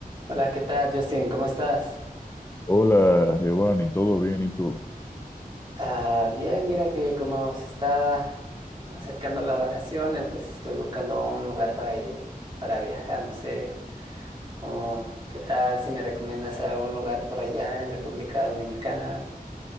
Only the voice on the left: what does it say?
Hola, Giovanni, ¿todo bien? ¿Y tú?